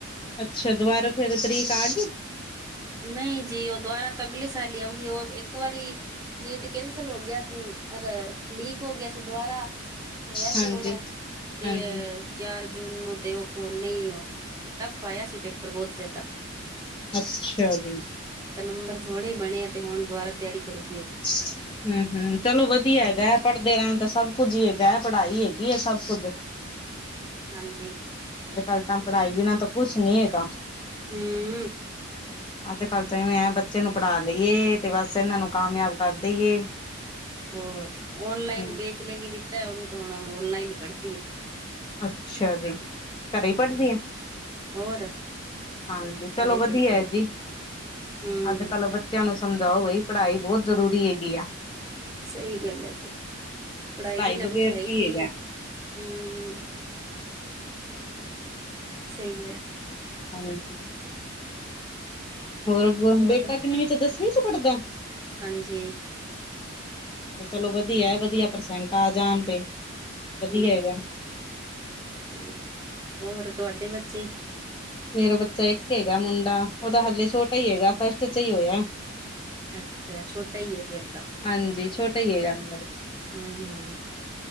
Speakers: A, on the left; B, on the right.
A: ਅੱਛਾ ਦੁਬਾਰਾ ਫੇਰ ਤਰੀਕ ਆ ਗਈ
B: ਨਹੀਂ ਜੀ ਉਹ ਦੁਬਾਰਾ ਤਾਂ ਅਗਲੇ ਸਾਲ ਹੀ ਆਊਗੀ ਉਹ ਇੱਕ ਵਾਰੀ ਨੀਟ ਕੈਂਸਲ ਹੋ ਗਿਆ ਸੀ ਪਰ ਲੀਕ ਹੋ ਗਿਆ ਸੀ ਦੁਬਾਰਾ ਹੋਇਆ ਸੀ
A: ਹਾਂਜੀ
B: ਹੁਣ, ਤੇ
A: ਹਾਂਜੀ
B: ਚਾਰ ਜੂਨ ਨੂੰ ਤੇ ਉਹ ਨਹੀਂ, ਟਫ ਆਇਆ ਸੀ ਪੇਪਰ ਬਹੁਤ ਜਿਆਦਾ।
A: ਅੱਛਾ ਜੀ।
B: ਤਾਂ ਨੰਬਰ ਥੋੜੇ ਹੀ ਬਣੇ ਆ ਤੇ ਹੁਣ ਦੁਬਾਰਾ ਤਿਆਰੀ ਕਰੂਗੀ ਉਹ।
A: <unintelligible> ਹਮ ਹਮ ਚਲੋ ਵਧੀਆ ਹੈਗਾ ਹੈ ਪੜ੍ਹਦੇ ਰਹਿਣ ਤਾਂ ਸਭ ਕੁੱਝ ਹੀ ਹੈਗਾ ਹੈ ਪੜ੍ਹਾਈ ਹੈਗੀ ਹੈ ਸਭ ਕੁੱਝ
B: ਹਾਂਜੀ
A: ਅੱਜ ਕੱਲ੍ਹ ਤਾਂ ਪੜ੍ਹਾਈ ਬਿਨਾਂ ਤਾਂ ਕੁਛ ਨੀ ਹੈਗਾ।
B: ਹੂੰ।
A: ਅੱਜ ਤੇ ਕੱਲ ਤਾਂ ਮੈਂ ਬੱਚੇ ਨੂੰ ਪੜ੍ਹਾ ਲਈਏ ਤੇ ਬਸ ਇਹਨਾਂ ਨੂੰ ਕਾਮਯਾਬ ਕਰ ਦੇਈਏ।
B: ਹੋਰ ਓਨਲਾਈਨ
A: ਹੂੰ
B: ਵੇਚ ਲੈ ਕੇ ਦਿੱਤਾ ਉਹਨੂੰ ਤਾਂ ਹੁਣ ਓਨਲਾਈਨ ਹੀ ਪੜ੍ਹਦੀ ਹੈ
A: ਅੱਛਾ ਜੀ ਘਰੇ ਹੀ
B: ਹਮ
A: ਪੜਦੀ ਆ।
B: ਹੋਰ
A: ਹਾਂਜੀ ਚਲੋ
B: ਘਰੇ
A: ਵਧੀਆ
B: ਪੜ੍ਹਦੀ
A: ਜੀ
B: ਹੈ ਹਮ
A: ਅੱਜ ਕੱਲ। ਬੱਚਿਆਂ ਨੂੰ ਸਮਝਾਓ ਬਈ ਪੜ੍ਹਾਈ ਬਹੁਤ ਜ਼ਰੂਰੀ ਹੈਗੀ ਆ।
B: ਸਹੀ ਗੱਲ ਹੈ ਜੀ ਪੜ੍ਹਾਈ ਵੀ ਇੰਨਾ
A: ਬਗੈਰ
B: ਕੁਛ ਹੈ
A: ਕੀ
B: ਹੀ ਨਹੀਂ।
A: ਹੈਗਾ
B: ਹਮ ਸਹੀ ਹੈ।
A: ਹਾਂ ਬਿਲਕੁਲ ਹੋਰ
B: ਹੋਰ
A: ਬੇਟਾ ਕਿੰਨੇ ਚ ਦਸਵੀਂ ਚ ਪੜ੍ਹਦਾ
B: ਹਾਂਜੀ।
A: ਚਲੋ ਵੱਧੀਆ ਹੈ, ਵਧੀਆ ਪਰਸੈਂਟ ਆ ਜਾਣ ਤੇ, ਵਧੀਆ
B: ਹਮ
A: ਹੈਗਾ।
B: ਹਾਂਜੀ, ਹੋਰ ਤੁਹਾਡੇ ਬੱਚੇ?
A: ਮੇਰਾ ਬੱਚਾ ਇੱਕ ਹੈਗਾ ਮੁੰਡਾ। ਉਹਦਾ ਹਾਲੇ ਛੋਟਾ ਹੀ ਹੈਗਾ ਫੱਸਟ ਚ ਹੀ ਹੋਇਆ।
B: ਅੱਛਾ ਛੋਟਾ ਈ ਏ ਫੇਰ ਤਾਂ।
A: ਹਾਂਜੀ ਛੋਟਾ ਈ ਹੈਗਾ ਮੇਰਾ ਬੱਚ।
B: ਹੂੰ ਹੂੰ